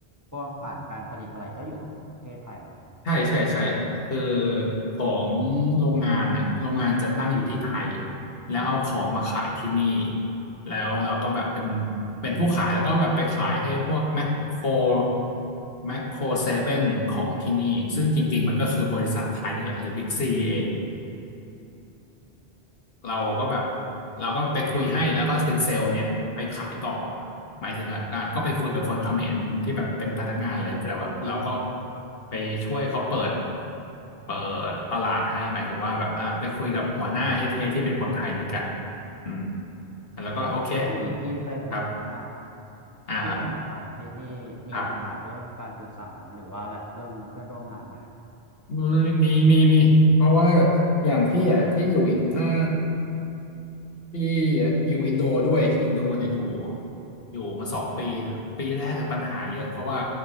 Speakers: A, on the right (about 20°); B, on the left (about 60°).
A: พวกฐานการผลิตอะไรก็อยู่กับประเทศไทยเหรอครับ
B: ใช่ใช่ใช่คือของโรงงานน่ะโรงงานจะตั้งอยู่ที่ไทยแล้วเอาของมาขายที่นี่แล้วเราก็แบบเป็นเป็นผู้ขายแล้วก็แบบไปขายให้พวกแมคโครแมคโครเซเว่นของที่นี่ซึ่งจริงๆมันก็คือบริษัทไทยนี่แหละหรือบิ๊กซีเอง เราก็แบบเราก็ไปคุยให้แล้วก็เป็นเซลล์เนี่ยไปขายต่อหมายถึงว่าอ่ะก็ไปคุยกับคนเขมรที่แบบเป็นพนักงานเลยแต่แบบเราก็ไปช่วยเขาเปิดเปิดตลาดให้หมายถึงว่าแบบอ่ะไปคุยกับหัวหน้าเฮดเฮดที่เป็นคนไทยด้วยกันอืมแล้วก็โอเค
A: แล้วอย่างนี้พี่ไป
B: ครับ
A: อ่ะ
B: อ่า
A: พี่ทำงานต่างประเทศนี่มีปัญหาเรื่องการสื่อสารหรือว่าแบบเรื่องเพื่อนร่วมงานไหมครับ
B: ครับ มีมีมีเพราะว่าอย่างพี่อ่ะพี่อยู่อินถ้าพี่อยู่อินโดด้วยอินโดเนี่ยอยู่อยู่มาสองปีปีแรกอะปัญหาเยอะเพราะว่า